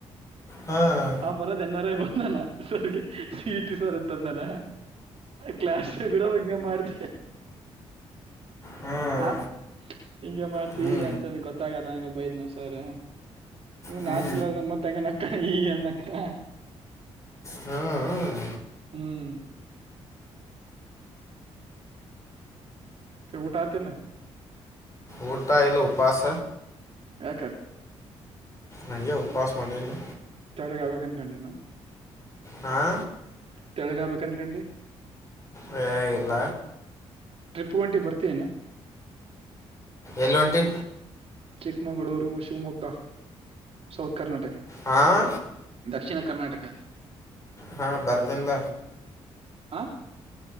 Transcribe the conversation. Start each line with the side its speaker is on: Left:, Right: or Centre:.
Left: ಹಾಂ
Right: ಅವ ಬರದು ಎನ್ನಾರ ಬಂದಾನ ಸರ್ ಗೆ ಸಿ ಹಿ ಟಿ ಸರ್ಂದಾನ ಕ್ಲಸ್ ಕೂಡ ಹಿಂಗ ಮಾಡತಿ
Left: ಹಾಂ
Right: ಹ ಹಿಂಗ ಮಾಡ್ತಿ
Left: ಹ್ಞೂ
Right: ಅಂತ ಗೊತ್ತಾಗಲ್ಲಂಗ ಬೈದ್ನ ಸರ್ ಇವ
Left: ಹ್ಞೂ
Right: ನಾಚಿಕಲರ್ದನ್ ಮತ್ತ ನಕ್ಕು ಈ ಈ ಅಕ್ಕ ಈ ಅನ್ಕ್ಕ
Left: ಹಾಂ
Right: ಹ್ಮ್ ಕೆವು ಊಟ ಆತ ಇಲ್ಲ
Left: ಊಟ ಇಲ್ಲ ಊಪಾಸ
Right: ಯಾಕ
Left: ನಗೆ ಉಪವಾಸ ಮಾಡಿನಿ
Right: ತೆಳುಗೆ ಅಗ್ಬೊಕ್ ಅನ್ ಕೋಡೆನೋ
Left: ಹಾ
Right: ತೆಳಗೆ ಆಬೇಕ ಅನ್ಕೊಂಡಿ
Left: ಹೇ ಇಲ್ಲ
Right: ಟ್ರಿಪ್ ಹೋಂಟಿವಿ ಬರ್ತೀನಾ
Left: ಎಲೋ ಒಂಟಿ
Right: ಚಿಕ್ಮಗಳೂರು ಶಿವಮೊಗ್ಗ ಸೌತ್ ಕರ್ನಾಟಕ
Left: ಹಾಂ
Right: ದಕ್ಷಿಣ ಕರ್ನಾಟಕ
Left: ಹಾ ಬರ್ದನ್ಲ
Right: ಹಾ